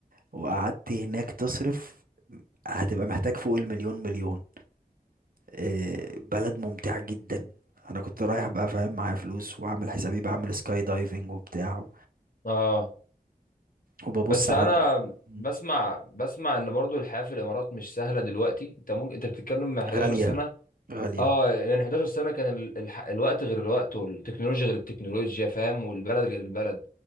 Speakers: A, on the right (about 65°); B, on the left (about 65°).
A: وقعدت هناك تصرف هتبقى محتاج فوق المليون مليون آه، بلد ممتع جدا انا كنت رايح بقى فاهم معايا فلوس وعامل حسابي بعمل سكاي دايفنج وبتاع
B: اه
A: وببص
B: بس
A: على
B: انا
A: مم.
B: بسمع بسمع ان برضو الحياه في الامارات مش سهله دلوقتي انت ممكن انت بتتكلم من 11
A: غالية
B: سنه
A: غالية
B: اه يعني 11 سنة كان ال- الح- الوقت غير الوقت والتكنولوجيا غير التكنولوجيا فاهم والبلد غير البلد